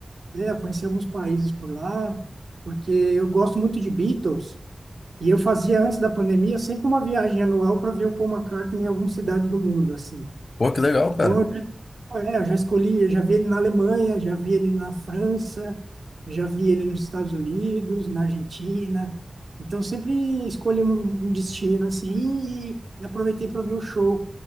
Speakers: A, on the right; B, on the left.
A: é, conheci alguns países por lá, porque eu gosto muito de Beatles. E eu fazia, antes da pandemia, sempre uma viagem anual para ver o Paul McCartney em alguma cidade do mundo, assim.
B: Pô, que legal,
A: Então,
B: cara.
A: Ah, É, eu já escolhi, eu já vi ele na Alemanha, já vi ele na França, já vi ele nos Estados Unidos, na Argentina. Então sempre escolhi um, um destino assim e aproveitei para ver o show